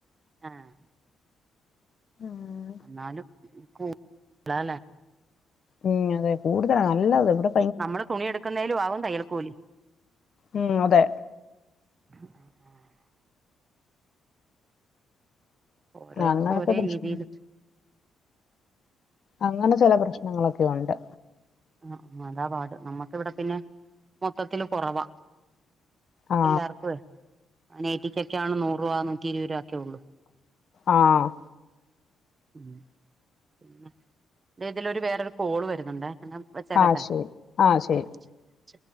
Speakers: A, on the right; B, on the left.
A: ആഹ്
B: ആഹ്
A: എന്നാലും കൂ <inaudible> ലാ
B: ഉം അതെ കൂട്തലാ നല്ലത് ഇവടെ
A: നമ്മള് തുണി എടുക്കുന്നേലും ആവും തയ്യൽക്കൂലി
B: മം അതെ
A: ആഹ് ഓരോടത്ത്
B: അങ്ങനത്തെ
A: ഒരേ
B: പ്രശ്നം
A: രീതിയില്
B: അങ്ങനെ ചല പ്രശ്നങ്ങളൊക്കെ ഉണ്ട്
A: ആഹ് അതാ പാട് നമ്മക്ക് ഇവിടെ പിന്നെ മൊത്തത്തില് കുറവാ
B: ആ
A: എല്ലാർക്കായ് നേറ്റിക്കൊക്കെയാണ് നൂറ് രൂപ നൂറ്റി ഇരുപത് രൂപ ഒക്കെ ഉള്ളൂ
B: ആഹ്
A: മപിന്നെ ഇതിലരു വേറൊരു കോള് വരുന്നുണ്ടേ വെച്ചേക്കട്ടെ
B: ആഹ് ശരി
A: ആ